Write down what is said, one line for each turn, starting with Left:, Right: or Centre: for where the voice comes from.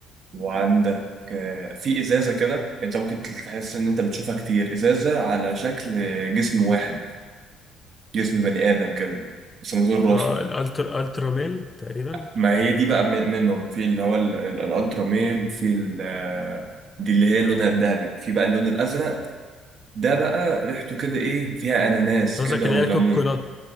Right: وعندك آه، في ازازه كده انت ممكن تحس ان انت بتشوفها كتير ازازه على شكل جسم واحد جسم بني ادم كده بس من غير راسه
Left: اه الالتر الترا ميل تقريبا
Right: ما هي دي بقى من- منهم في اللي هو ال- ال- الالترا ميل في ال- آه، دي اللي هي لونها الذهبي في بقى اللون الازرق ده بقى ريحته كده ايه فيها اناناس
Left: قصدك
Right: كده
Left: اللي
Right: وليمون
Left: هي الكوكونات